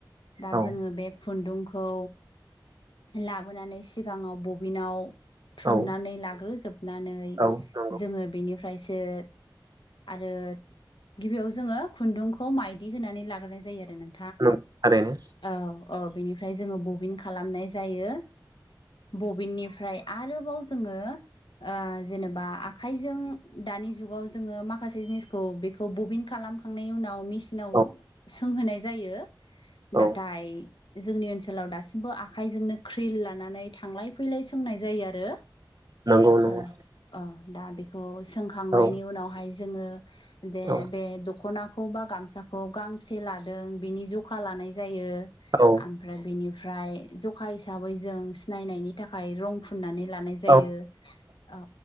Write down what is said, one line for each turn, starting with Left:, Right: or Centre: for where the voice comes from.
Left: दा
Right: औ
Left: जोङो बे खुन्दुंखौ लाबोनानै सिगाङाव बबिनाव थुननानै
Right: औ
Left: लाग्रोजोबनानै
Right: औ नंगौ
Left: जोङो बेनिफ्रायसो आरो गिबियाव जोङो खुन्दुंखौ माइदि होनानै लाग्रोनाय जायो आरो नों
Right: नंगौ थारैनो।
Left: औ औ बेनिफ्राय जोङो बबिन खालामनाय जायो। बबिननिफ्राय आरोबाव जोङो ओ जेनेबा आखाइजों दानि जुगाव जोङो माखासे जिनिसखौ बेखौ बबिन खालामखांनायनि उनाव मि- सिनाव
Right: औ
Left: सोंहैनाय जायो।
Right: औ
Left: नाथाय जोंनि ओनसोलाव दासिमबो आखायजोंनो क्रिल लानानै थांलाय-फैलाय सोंनाय जायो आरो।
Right: नंगौ नंगौ
Left: औ औ दा बेखौ सोंखांनायनि
Right: औ
Left: उनावहाय जोङो दे
Right: औ
Left: बे दख'ना- खौ बा गामसाखौ गांबोसे लादों बेनि जखा लानाय जायो।
Right: औ
Left: आमफ्राय बेनिफ्राय ज'खा हिसाबै जों सिनायनायनि थाखाय रं फुननानै लानाय जायो।
Right: औ
Left: औ